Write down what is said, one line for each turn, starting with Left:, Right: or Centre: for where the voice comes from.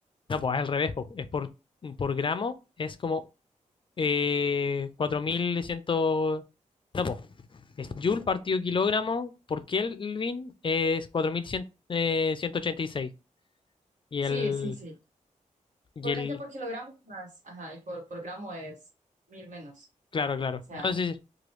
Left: No, pues es al revés, po. es por, por gramo, es como eh, 4100. No, pues Es joule partido kilogramo por Kelvin es cuatro mil cien eh, ciento ochenta Y seis y
Right: Sí,
Left: el,
Right: sí, sí.
Left: y
Right: Por,
Left: el,
Right: es que por kilogramos más, ajá, y por, por gramo es mil menos,
Left: claro,
Right: ¿no? O
Left: claro.
Right: sea,
Left: No, es sí,